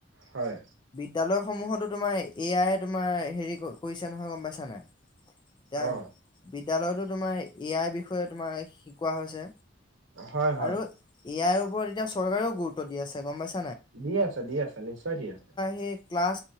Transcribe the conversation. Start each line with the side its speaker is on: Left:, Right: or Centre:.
Right: হয়।
Left: বিদ্যালয় সমূহতো তোমাৰ এয়াই তোমাৰ হেৰি কৰিছে নহয়। গম পাইছা নাই? এতিয়া
Right: অহ,
Left: বিদ্যালয়তো তোমাৰ এ- আই বিষয়ে তোমাৰ শিকোৱা হৈছে
Right: হয় হয়
Left: আৰু। ইয়াৰ ওপৰত এতিয়া চন্দ্ৰ ও গুৰুত্ব দি আছে। গম পাইছে নে?
Right: দি আছে, দি আছে, নিশ্চয় দি আছে।
Left: সেই ক্লাছ